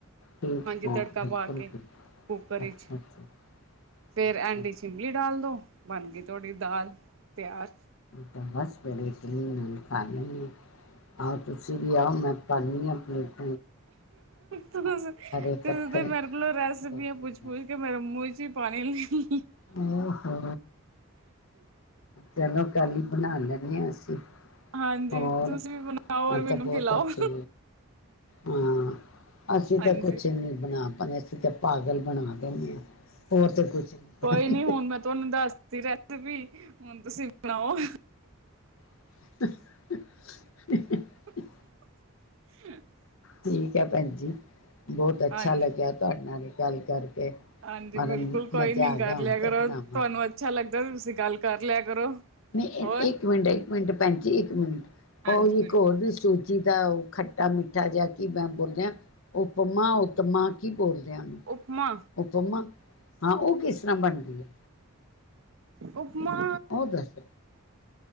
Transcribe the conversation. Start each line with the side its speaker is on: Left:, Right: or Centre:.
Left: ਠੀਕ
Right: ਹਾਂਜੀ ਜੀ
Left: ਠੀਕ
Right: ਤੜਕਾ
Left: ਬਿਲਕੁਲ
Right: ਪਾ ਕੇ
Left: ਠੀਕ
Right: ਕੁੱਕਰ ਵਿਚ
Left: ਅੱਛਾ ਅੱਛਾ
Right: ਫੇਰ
Left: ਅੱਛਾ
Right: ਐਂਡੀ ਵਿੱਚ ਇਮਲੀ ਡਾਲ ਦੋ ਬਣ ਗਈ ਤੁਹਾਡੀ ਦਾਲ ਤਿਆਰ
Left: ਦਾ ਬਸ ਫਰੇ ਇਡਲੀ ਖਾ ਲੈਣੇ ਹਾਂ <unintelligible> ਆ ਤੁਸੀਂ ਵੀ ਆਓ ਮੈਂ ਪਾਨੀ ਹਾਂ ਪਲੇਟ
Right: ਤੁਸੀਂ
Left: ਇਕੱਠੇ
Right: ਤੇ ਮੇਰੇ ਕੋਲੋਂ ਰੈਸਪੀਆਂ
Left: ਹੋਰ ਕੀ
Right: ਪੁੱਛ, ਪੁੱਛ ਕੇ ਮੇਰੇ ਮੂੰਹ ਵਿੱਚ ਕਿ ਪਾਣੀ ਨੀ ਹਮ
Left: ਓ ਹੋ ਚਲੋ ਕੱਲ ਹੀ ਬਣਾ ਲੈਂਣੇ ਆ ਅਸੀਂ
Right: ਹਾਂਜੀ
Left: ਹੋਰ
Right: ਤੁਸੀਂ ਵੀ ਬਣਾਓ ਔਰ ਮੈਨੂੰ
Left: ਤਾਂ ਬਹੁਤ
Right: ਖਿਲਾਓ
Left: ਅਛੀ ਹਾਂ ਅਸੀਂ
Right: ਹਾਂਜੀ।
Left: ਤਾਂ ਕੁਛ ਨੀ ਬਣਾ ਪਾਣੇ ਅਸੀਂ ਤੇ ਪਾਗਲ ਬਣਾ ਦਿਨੇ ਆ। ਹੋਰ ਤੇ ਕੁਛ ਨੀ
Right: ਕੋਈ
Left: ਬਣਾ
Right: ਨੀ ਹੁਣ ਮੈਂ ਤੁਹਾਨੂੰ ਦਾਸ ਤੀ ਰੈਸਪੀ ਹੁਣ ਤੁਸੀਂ ਬਣਾਓ।
Left: <inaudible>
Right: <inaudible>
Left: ਠੀਕ ਹੈ, ਭੈਣ ਜੀ ਬਹੁਤ ਅੱਛਾ
Right: ਹਾਂਜੀ।
Left: ਲਗਿਆ ਤੁਹਾਡੇ ਨਾਲ ਗੱਲ ਕਰਕੇ।
Right: ਹਾਂਜੀ
Left: ਮਾਰਾ
Right: ਬਿਲਕੁਲ, ਕੋਈ
Left: ਮਜ਼ਾ
Right: ਨੀ
Left: ਆ
Right: ਕਰ
Left: ਗਿਆ ਹੁਣ
Right: ਲਿਆ ਕਰੋ,
Left: ਤੇ ਬਣਾਵਾਂਗੇ
Right: ਤੁਹਾਨੂੰ ਅੱਛਾ ਲੱਗ ਤੁਸੀਂ ਗੱਲ ਕਰ ਲਿਆ ਕਰੋ।
Left: ਨਹੀਂ
Right: ਹੋਰ
Left: ਇੱਕ ਮਿੰਟ ਇੱਕ ਮਿੰਟ ਪੈਂਜੀ ਇੱਕ ਮਿੰਟ ਉਹ
Right: ਹਾਂਜੀ ਬਿਲਕੁਲ
Left: ਇੱਕ ਹੋਰ ਵੀ ਸੂਟ ਜੀਦਾ ਉਹ ਖੱਟਾ ਮਿੱਠਾ ਜਿਹਾ ਕੀ ਬੋਲਦੇ ਉਪਮਾ ਉਤਮਾ ਕੀ ਬੋਲਦੇ ਆ
Right: ਉਪਮਾ
Left: ਉਪਮਾ ਹਾਂ ਉਹ ਕਿਸ ਤਰ੍ਹਾਂ ਬਣਦੀ ਹੈ।
Right: ਉਪਮਾ।
Left: ਉਹ ਦੱਸ